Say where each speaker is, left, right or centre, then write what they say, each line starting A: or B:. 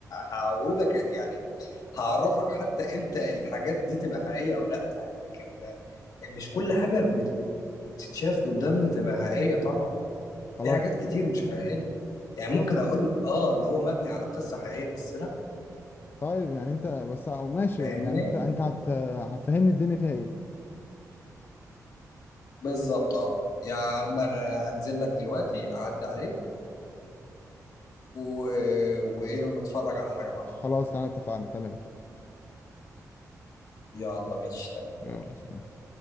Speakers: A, on the left; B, on the left.
A: هعودك يعني هعرفك حتى امتى الحاجات دي تبقى حقيقية او لا لكن مش كل حاجة بتتشاف قدامنا تبقى حقيقية طبعا
B: خلاص
A: في حاجات كتير مش حقيقية يعني
B: خلاص
A: ممكن اقول لك اه اللي هو مبني على قصة حقيقية بس لا
B: طيب يعني انت بس أو ماشي
A: فاهمني
B: يعني انت انت هت... هتفهمني الدنيا فيها ايه
A: بالظبط اه يا عم انا هنزل لك دلوقتي اعدي عليك و... وايه ونتفرج على حاجة مع
B: خلاص
A: بعض
B: انا اتفقنا تمام
A: يلا ماشي تمام
B: يلا سلام